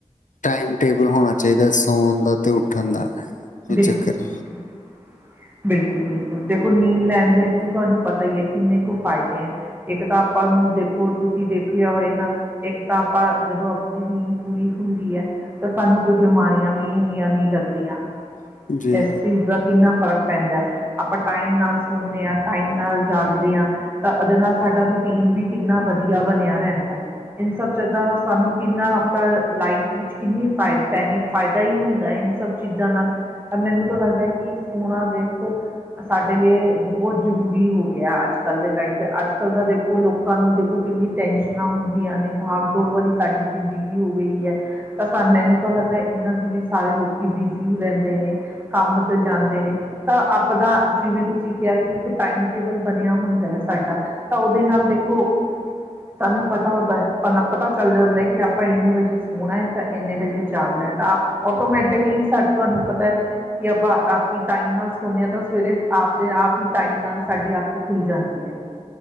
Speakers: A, on the left (about 80°); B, on the right (about 15°).
A: ਟਾਈਮ ਟੇਬਲ ਹੋਣਾ ਚਾਹੀਦਾ ਸੌਣ ਦਾ ਤੇ ਉੱਠਣ ਦਾ।
B: ਬਿਲਕੁਲ
A: ਇਹ ਚੱਕਰ
B: ਬਿਲਕੁਲ-ਬਿਲਕੁਲ ਦੇਖੋ ਨੀਂਦ ਲੈਣ ਦੇ ਥ ਤੁਹਾਨੂੰ ਪਤਾ ਈ ਏ ਕਿੰਨੇ ਕੁ ਫਾਇਦੇ ਐ। ਇੱਕ ਤਾਂ ਆਪਾਂ ਨੂੰ ਦੇਖੋ ਤੁਸੀਂ ਦੇਖਿਆ ਹੋਏਗਾ ਇੱਕ ਤਾਂ ਆਪਾਂ ਜਦੋਂ ਆਪਦੀ ਨੀਂਦ ਪੂਰੀ ਹੁੰਦੀ ਹੈ। ਤਾਂ ਸਾਨੂੰ ਕੋਈ ਬਿਮਾਰੀਆਂ ਵੀ ਇੰਨੀਆਂ ਨਈ ਲੱਗਦੀਆਂ
A: ਹੈ ਜੀ
B: ਇਸ ਚੀਜ਼ ਦਾ ਕਿੰਨਾ ਫ਼ਰਕ ਪੈਂਦਾ ਆਪਾਂ ਟਾਈਮ ਨਾਲ ਸੋਣੇ ਆਂ ਟਾਈਮ ਨਾਲ ਜਾਗਦੇ ਆਂ। ਤਾਂ ਉਹਦੇ ਨਾਲ ਸਾਡਾ ਰੂਟੀਨ ਵੀ ਕਿੰਨਾ ਵਧੀਆ ਬਣਿਆ ਰੈਂਦਾ। ਇਨ ਸਭ ਚੀਜ ਦਾ ਸਾਨੂੰ ਕਿੰਨਾ ਆਪਣਾ ਲਾਈਫ ਵਿੱਚ ਕਿੰਨੀ ਫਾਇ ਬੈਨੀ ਫਾਇਦਾ ਹੀ ਹੁੰਦਾ ਐ। ਸਭ ਚੀਜ਼ਾਂ ਨਾਲ ਮੈਨੂੰ ਤਾਂ ਲੱਗਦਾ ਹੈ ਕਿ ਸੋਹਣਾ ਦੇਖੋ। ਸਾਡੇ ਲਈ ਬਹੁਤ ਜ਼ਰੂਰੀ ਹੋ ਗਿਆ ਅੱਜ ਕੱਲ੍ਹ ਦੇ ਟਾਈਮ ਤੇ ਅੱਜ ਕੱਲ੍ਹ ਦਾ ਦੇਖੋ ਲੋਕ ਲੋਕਾਂ ਨੂੰ ਦੇਖੋ ਕਿੰਨੀ ਟੈਨਸ਼ਨਾਂ ਹੁੰਦੀਆਂ ਨੇ ਭਾਗ ਦੌੜ ਵਾਲੀ ਸਾਡੀ ਜ਼ਿੰਦਗੀ ਹੋ ਗਈ ਐ। ਤਾਂ ਸਾ ਮੈਨੂੰ ਤਾਂ ਲੱਗਦਾ ਇਹਨਾਂ ਜਿਵੇਂ ਸਾਰੇ ਲੋਕ ਬਿਜ਼ੀ ਈ ਰੈਂਦ ਰੈਂਦੇ ਨੇ ਕੰਮ ਤੇ ਜਾਂਦੇ ਨੇ। ਤਾਂ ਆਪਣਾ ਜਿਵੇਂ ਤੁਸੀਂ ਕਿਆ ਕਿ ਇੱਕ ਟਾਈਮ ਟੇਬਲ ਬਣਿਆ ਹੁੰਦਾ ਏ ਸਾਡਾ ਤਾਂ ਉਹਦੇ ਨਾਲ ਦੇਖੋ ਸਾਨੂੰ ਪਤਾ ਹੋਤਾਂ ਹੈ ਸਾਨੂੰ ਆਪ ਪਤਾ ਚੱਲ ਜਾਂਦਾ ਕਿ ਆਪਾਂ ਇੰਨੇ ਵਜੇ ਸੋਣਾ ਐ ਤੇ ਇੰਨੇ ਵਜੇ ਜਾਗਣਾ ਤਾਂ ਟੋਮੈਟਿਕਲੀ ਸਾਨੂੰ ਤੁਹਾਨੂੰ ਪਤਾ ਐ। ਕਿ ਆਪਾਂ ਰਾਤੀ ਟਾਈਮ ਨਾਲ ਸੋਣੇ ਆਂ ਤਾਂ ਸਵੇਰੇ ਆਪਦੇ ਆਪ ਹੀ ਟਾਈਮ ਨਾਲ ਸਾਡੀ ਅੱਖ ਖੁੱਲ ਜਾਂਦੀ ਹੈ।